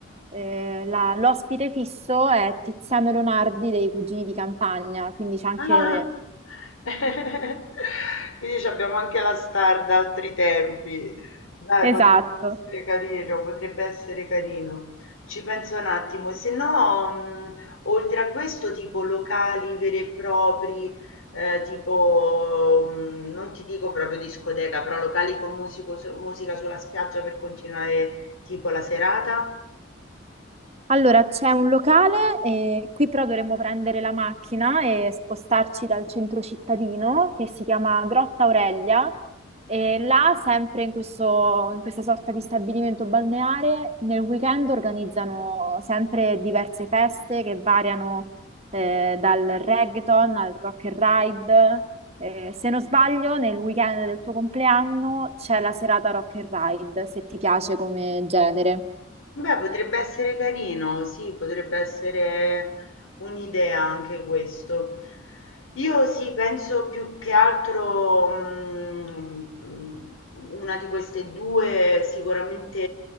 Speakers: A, on the right; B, on the left.
A: eh, la- l'ospite fisso è Tiziano Leonardi dei Cugini di Campagna, quindi c'è anche...
B: Ah! <laughs> Quindi c'abbiamo anche la star da altri tempi. Dai,
A: Esatto.
B: potrebbe essere carino, potrebbe essere carino. Ci penso un attimo. E se no, mh, oltre a questo, tipo locali veri e propri, eh, tipo, mh, non ti dico proprio discoteca, però locali con musico- musica sulla spiaggia per continuare tipo la serata.
A: Allora, c'è un locale, eh, qui però dovremmo prendere la macchina e spostarci dal centro cittadino che si chiama Grotta Aurelia. E là, sempre in questo- in questa sorta di stabilimento balneare, nel weekend organizzano sempre diverse feste che variano eh, dal reggaeton al rock and ride. Eh, se non sbaglio, nel weekend del tuo compleanno c'è la serata rock and ride, se ti piace come genere.
B: Beh, potrebbe essere carino, sì, potrebbe essere un'idea anche questo. Io sì, penso più che altro mm, mm, una di queste due, sicuramente